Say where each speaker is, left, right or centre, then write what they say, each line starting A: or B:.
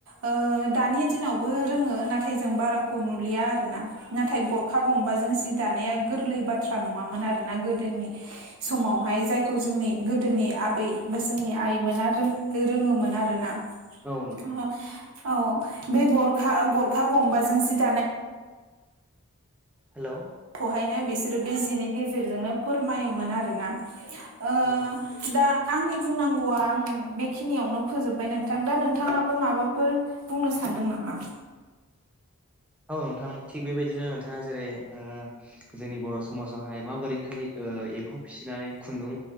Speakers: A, on the right (about 70°); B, in the centre.
A: ओ दानि दिनावबो रोङो नाथाय जों बारा खौ नुलिया आरोना नाथाय गरखा गंबाजों जि दानाया गोरलै बाथ्रा नङामोन आरोना गोदोनि समावहाय जायखौ जोंनि गोदोनि आबै बा जोंनि आइमोना <unintelligible> रोङोमोन आरो ना <unintelligible>
B: औ नोंथां औ
A: औ बे गरखा गरखा गंबाजों जि दानाय
B: हेलौ
A: खौहायनो बिसोरो बे जिनि गेजेरजोंनो फोरमायोमोन आरोना। ओ
B: औ नोंथां
A: दा आंनि बुंनांगौआ आं बेखिनियावनो फोजोबबाय नोंथां दा नोंथाङाबो माबाफोर बुंनो सानदों नामा?
B: औ नोंथां थिग बेबायदिनो नोंथाङा जेरै ओ जोंनि बर' समाजावहाय माबोरैहाय ओ एम्फौ फिसिनानै खुन्दुं